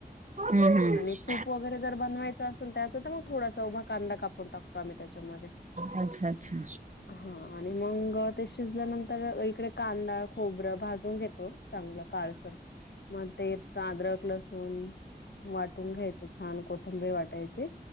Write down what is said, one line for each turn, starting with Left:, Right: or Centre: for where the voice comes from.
Right: हम्म हम्म
Left: आणि सूप वगैरे जर बनवायच अस तर मग थोडासा उभा कांदा कापून टाकतो आम्ही त्याच्यामध्ये.
Right: अच्छा अच्छा
Left: हा आणि मग ते शिजल्यानंतर इकडे कांदा, खोबरं भाजून घेतो चांगलं काळसर मग ते अद्रक, लसूण वाटून घ्यायचं छान कोथंबीर वाटायची.